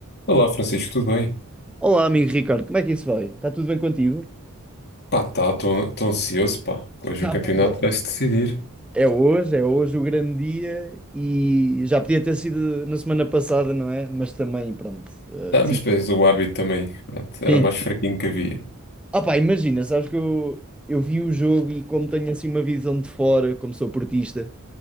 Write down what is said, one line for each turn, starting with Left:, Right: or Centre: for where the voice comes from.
Left: Olá, Francisco, tudo bem?
Centre: Olá, amigo Ricardo, como é que isso vai? Está tudo bem contigo?
Left: Pá, tá, estou ansioso, pá. Hoje
Centre: Tá
Left: o campeonato
Centre: tudo. bem.
Left: vai-se decidir.
Centre: É hoje, é hoje o grande dia e já podia ter sido na semana passada, não é? Mas também, pronto, eh,
Left: Ah,
Centre: decidi.
Left: mas depois o árbitro também, pronto, era
Centre: Sim.
Left: o mais fraquinho que havia.
Centre: Ah pá, imagina, sabes que eu, eu vi o jogo e como tenho assim uma visão de fora, como sou portista,